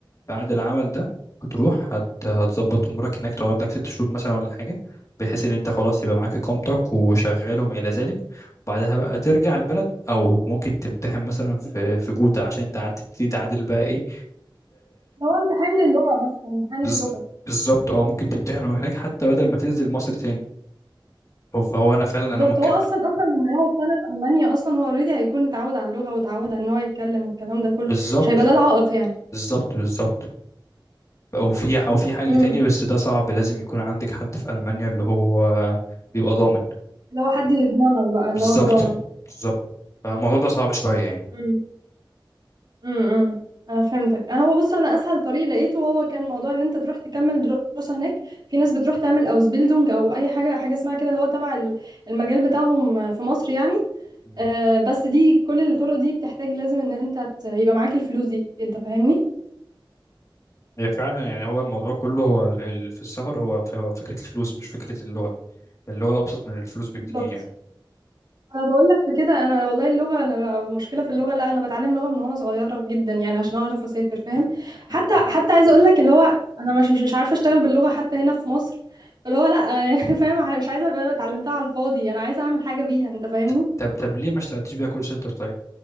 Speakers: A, on the left (about 40°); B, on the right (about 55°).
A: بعد العمل ده هتروح هت... هتظبط امورك هناك تقعد لك ست شهور مثلا ولا حاجه بحيث ان انت خلاص يبقى معاك اقامتك وشغال وما الى ذلك وبعدها بقى ترجع البلد او ممكن تمتحن مثلا في في جوتا عشان تعد- تبتدي تعادل بقى ايه
B: هو امتحان للغة بس امتحان
A: بز...
B: للغة
A: بالظبط اه ممكن تمتحنه هناك حتى بدل ما تنزل مصر تاني هو- فهو انا فعلا
B: بالظبط
A: انا ممكن
B: هو اصلا اصلا لما يقعد سنة في ألمانيا اصلا هو اوريدي هيكون اتعود على اللغة واتعود على ان هو يتكلم والكلام ده كله
A: بالظبط
B: مش هيبقى ده العائق يعني
A: بالظبط بالظبط او في او في حل
B: امم
A: تاني بس ده صعب لازم يكون عندك حد في المانيا اللي هو بيبقى ضامن
B: اللي هو حد يضمنك بقى اللي
A: بالظبط
B: هو الضامن
A: بالظبط فالموضوع ده صعب شويه يعني
B: امم امم انا فهمتك انا هو بص انا اسهل طريق لقيته هو كان موضوع ان انت تروح تكمل دراسه هناك في ناس بتروح تعمل اوزبيلدونج او اي حاجه حاجه اسمها كده اللي هو تبع ال- المجال بتاعهم في مصر يعني
A: مم.
B: آه، بس دي كل الطرق دي بتحتاج لازم ان انت ت- يبقى معاك الفلوس دي انت فاهمني
A: هي فعلا يعني هو الموضوع كله هو ال... ال- في السفر هو ف- هو فكره الفلوس مش فكره اللغه اللغه ابسط من الفلوس بكتير
B: بالظبط
A: يعني
B: انا بقول لك في كده انا والله اللغه انا او المشكله في اللغه لا انا بتعلم لغه من وانا صغيره جدا يعني عشان اعرف اسافر فاهم حتى
A: م-
B: حتى
A: م.
B: عايزه اقول لك اللي هو انا مش مش مش عارفه اشتغل باللغه حتى هنا في مصر اللي هو لا <laughs> فاهم مش عايزه ابقى اتعلمتها على الفاضي انا عايزه اعمل حاجه بيها انت فاهمني
A: ط- طب طب ليه ما اشتغلتيش بيها كول سنتر طيب